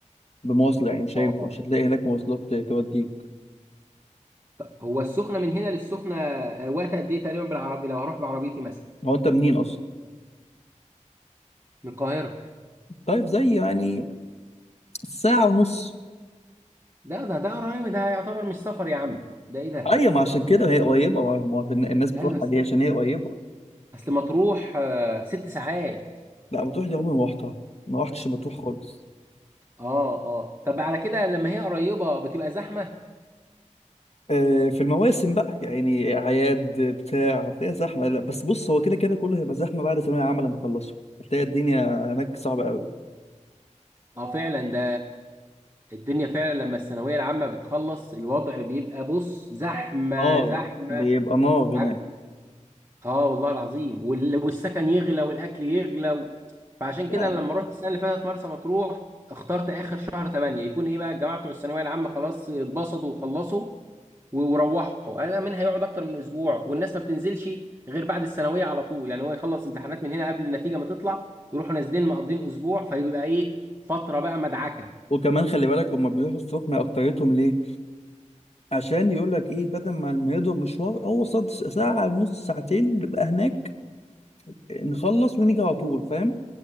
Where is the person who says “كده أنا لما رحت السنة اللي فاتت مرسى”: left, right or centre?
Right